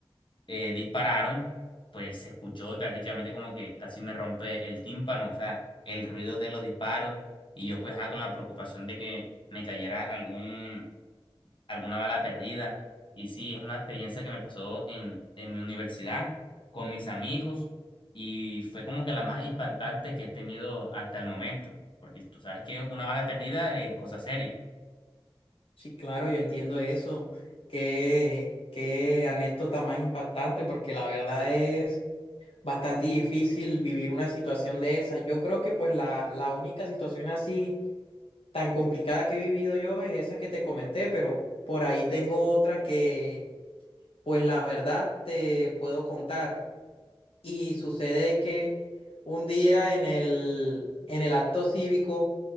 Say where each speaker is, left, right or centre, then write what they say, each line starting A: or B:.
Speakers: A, on the left; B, on the left.
A: eh, dispararon, pues se escuchó y prácticamente como que casi me rompe el tímpano, o sea, el ruido de los disparos y yo pues ah, con la preocupación de que me cayera algún, alguna bala perdida. Y sí, es una experiencia que me pasó en, en mi universidad con mis amigos y fue como que la más impactante que he tenido hasta el momento, porque tú sabes que una bala perdida es cosa seria.
B: Sí, claro, yo entiendo eso. Qué, qué anécdota más impactante, porque la verdad es bastante difícil vivir una situación de esa. Yo creo que pues la, la única situación así tan complicada que he vivido yo es esa que te comenté, pero por ahí tengo otra que pues la verdad te puedo contar. Y sucede que un día en el, en el acto cívico